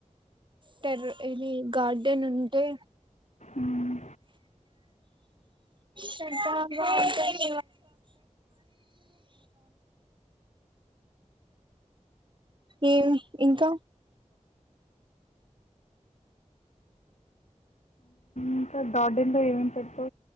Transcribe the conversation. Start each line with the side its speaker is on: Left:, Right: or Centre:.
Right: టెర్ర ఇది గార్డ న్ ఉంటే
Left: మ్మ్.
Right: స ఏ ఇంకా
Left: ఉంకద్ రోడ్డుంద ఏం చెప్పు